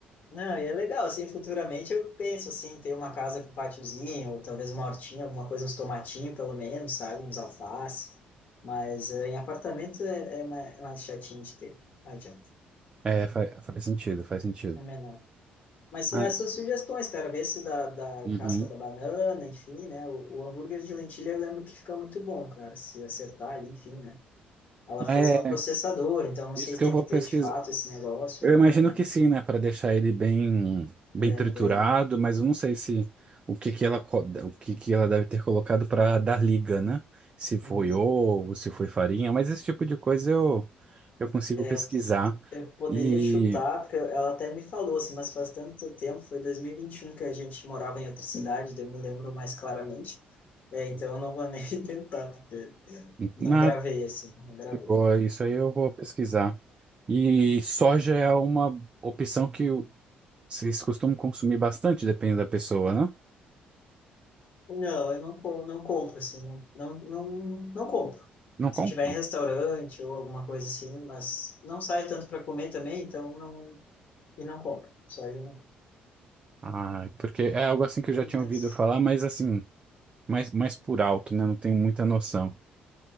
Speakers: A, on the left; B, on the right.
A: Não, e é legal, assim, futuramente eu penso, assim, ter uma casa com pátiozinho ou talvez uma hortinha, alguma coisa, uns tomatinhos pelo menos, sabe? Uns alface. Mas eh, em apartamento é, é mais, é mais chatinho de ter, não adianta,
B: É, faz, faz sentido, faz sentido.
A: é menor. Mas são
B: Mas,
A: essas sugestões, cara, ver se da, da
B: uhum.
A: casca da banana, enfim, né? O, o hambúrguer de lentilha eu lembro que fica muito bom, cara, se acertar ali, enfim, né? Ela fez
B: É,
A: no processador, então não
B: isso
A: sei
B: que
A: se tem
B: eu vou
A: que ter
B: pesquisar.
A: de fato esse negócio
B: Eu
A: ou não,
B: imagino
A: né?
B: que sim, né? Para deixar ele bem, bem
A: É,
B: triturado,
A: daí... não-
B: mas eu não sei se o que que ela, co- o que que ela deve ter colocado para dar liga, né? Se foi
A: Uhum.
B: ovo, se foi farinha, mas esse tipo de coisa eu, eu consigo
A: É,
B: pesquisar.
A: Eu poderia
B: E.
A: chutar, porque ela até me falou assim, mas faz tanto tempo, foi dois mil e e vinte e um que a gente morava em outra cidade, daí eu me lembro mais claramente. É, então eu não vou nem <laughs> tentar, porque não
B: nada
A: gravei assim, não gravei.
B: De boa, isso aí eu vou pesquisar. E soja é uma opção que o- vocês costumam consumir bastante, depende da pessoa, né?
A: Não, eu não, co- não compro assim, não, não, não, não compro.
B: Não
A: Se
B: compram.
A: tiver em restaurante ou alguma coisa assim, mas não saio tanto para comer também, então não, e não compro. Soja eu não compro.
B: Ah, porque é algo assim que eu já
A: É mais.
B: tinha ouvido falar, mas assim, mais, mais por alto, né? Não tenho muita noção.